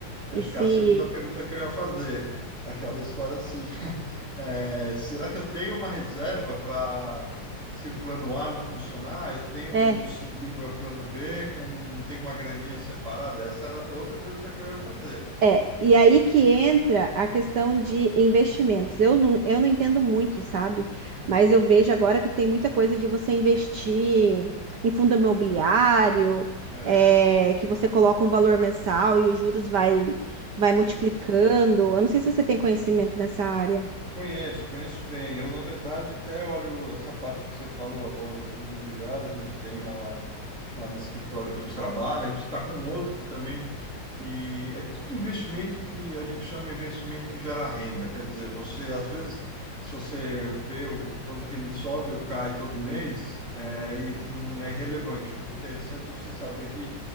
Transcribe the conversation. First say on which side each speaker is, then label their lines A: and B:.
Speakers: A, on the right; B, on the right.
A: Acho
B: E se,
A: que é a segunda pergunta que eu ia fazer. É Aquela história assim. <laughs> é, será que eu tenho uma reserva para, se o plano A não funcionar, eu tenho
B: né?
A: como seguir o meu plano B, com, tem uma graninha separada? Essa era outra pergunta que eu ia fazer.
B: É, e aí que entra a questão de investimentos. Eu não, eu não entendo muito, sabe?
A: Uhum.
B: Mas eu vejo agora que tem muita coisa de você investir em fundo imobiliário,
A: É,
B: é, que você coloca um valor mensal e os juros vai, vai multiplicando.
A: isso.
B: Eu não sei se você tem conhecimento nessa área.
A: Conheço, conheço bem. Eu, na verdade, até olho essa parte que você falou agora de fundo imobiliário, a gente tem lá, lá no escritório que a gente trabalha, a gente está com outro que também que é tudo investimento que a gente chama investimento que gera renda. Quer dizer, você, às vezes, se você vê o o quanto que ele sobe ou cai todo mês, é, e não é relevante. O interessante é você saber que